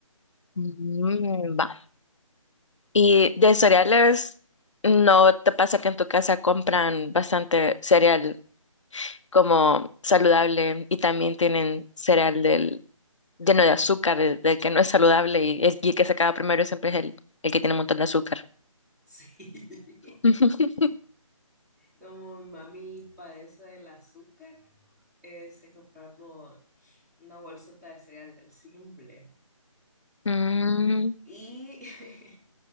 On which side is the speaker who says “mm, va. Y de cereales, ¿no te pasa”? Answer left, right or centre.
Left